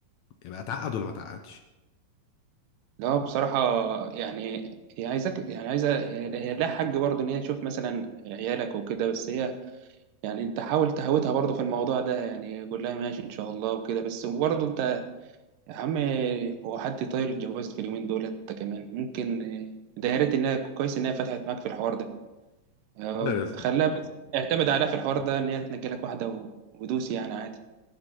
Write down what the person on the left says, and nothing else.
يبقى اتعقد ولا ما اتعقدش
لا